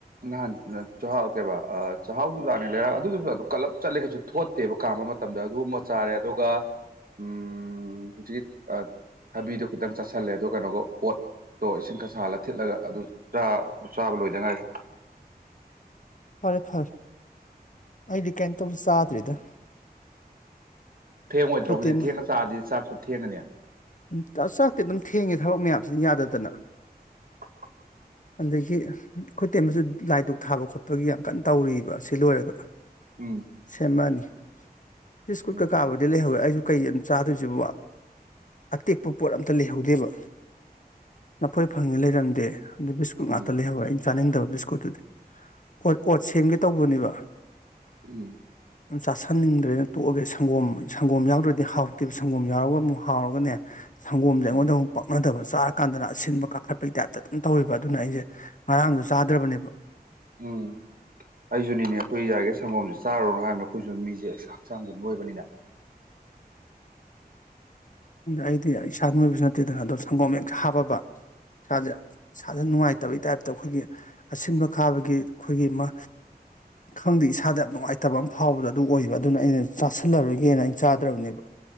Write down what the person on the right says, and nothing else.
ꯅꯍꯥꯟ ꯆꯥꯛꯍꯥꯎ ꯀꯦꯕ ꯆꯥꯍꯎꯆꯨꯖꯥꯛꯅꯤ ꯂꯩꯔꯛꯑꯒ ꯑꯗꯨ ꯆꯨꯖꯥꯛꯇꫭ ꯀꯜꯂꯞ ꯆꯠꯂꯦ ꯀꯩꯁꯨ ꯊꯣꯠꯇꯦꯕ ꯀꯥꯝꯕ ꯃꯇꯝꯗ ꯑꯗꯨꯝꯃ ꯆꯥꯔꯦ ꯑꯗꯨꯒ ꯎꯝ ꯍꯧꯖꯤꯛ ꯊꯕꯤꯗꯣ ꯈꯤꯇꯪ ꯆꯠꯁꯤꯜꯂꯦ ꯑꯗꯣ ꯀꯩꯅꯣꯒ ꯑꯣꯠ ꯇꯣ ꯏꯁꯤꯡ ꯈꯔ ꯁꯥꯍꯜꯂꯒ ꯊꯤꯠꯂꯒ ꯑꯗꯨ ꯆꯥ ꯆꯥꯕ ꯂꯣꯏꯗꯉꯥꯏꫪꯤ
ꯊꯦꯡꯉꯣꯏꯗ꯭ꯔꯣ
ꯍꯧꯖꯤꯛ
ꯊꯦꯡꯅ ꯆꯥꯔꯗꯤ ꯆꯥꯛꯁꯨ ꯊꯦꯡꯉꯅꯤ
<unintelligible>
ꯎꯝ
ꯎꯝ
ꯎꯝ
ꯎꯝ
ꯎꯝ
ꯎꯝ ꯑꯩꯁꯨꯅꯤꯅꯦ ꯑꯩꯈꯣꯏ ꯌꯥꯔꯤꯒꯩ ꯁꯪꯒꯣꯝꯁꯦ ꯆꯥꯔꯨꯔꯅꯨ ꯍꯥꯏꯕꯅꯦ ꯑꯩꯈꯣꯏꯁꯨ ꯃꯤꯁꯦ ꯍꯛꯆꯥꯡꯁꯦ ꯅꯣꯏꯕꯅꯤꯅ
<inaudible>